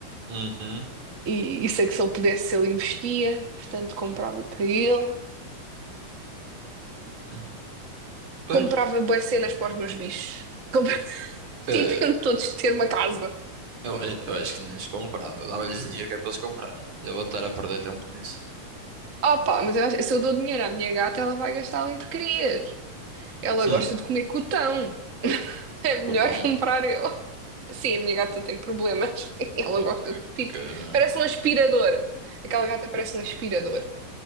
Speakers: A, on the right; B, on the right.
A: Uhum.
B: E, e sei que se ele pudesse, ele investia. Portanto, comprava para ele.
A: uhum. Pois.
B: Comprava bué cenas para os meus bichos. Comprava, <laughs>
A: eh,
B: tipo, eu todos ter uma casa.
A: eu, acho- eu acho que nem lhes comprava. Eu Dava-lhes dinheiro que é para eles comprarem. Já vou estar a perder tempo nisso.
B: Opa, mas eu, acho- se eu dou dinheiro à minha gata, ela vai gastá-lo em porcarias. Ela
A: Hum.
B: gosta de comer cotão. <laughs> É melhor
A: O tom.
B: comprar eu. Sim, a minha gata tem problemas. <laughs> Ela
A: Oh,
B: gosta
A: que
B: de tipo.
A: cara.
B: Parece um aspirador. Aquela gata parece um aspirador,